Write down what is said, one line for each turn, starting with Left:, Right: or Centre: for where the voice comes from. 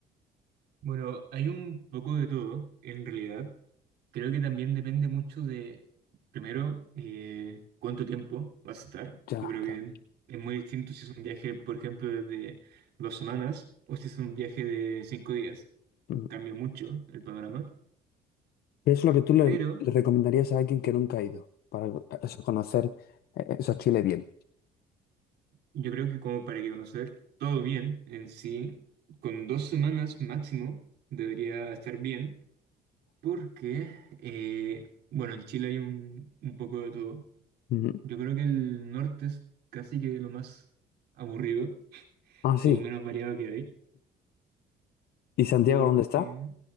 Right: Bueno, hay un poco de todo, en realidad. Creo que también depende mucho de, primero, eh, cuánto tiempo vas a estar.
Left: Ya,
Right: Yo creo
Left: claro.
Right: que es muy distinto si es un viaje, por ejemplo, de dos semanas o si es un viaje de cinco días.
Left: Mm.
Right: Cambia mucho el panorama.
Left: ¿Qué es lo que tú le,
Right: Pero
Left: le recomendarías a alguien que nunca ha ido para eh, eso, conocer eh, eso, Chile bien?
Right: yo creo que como para que conocer todo bien en sí, con dos semanas máximo debería estar bien. Porque, eh, bueno, en Chile hay un, un poco de todo.
Left: Ujú.
Right: Yo creo que el norte es casi que lo más aburrido
Left: Ah, sí.
Right: o menos variado que hay,
Left: ¿Y Santiago
Right: porque
Left: dónde está?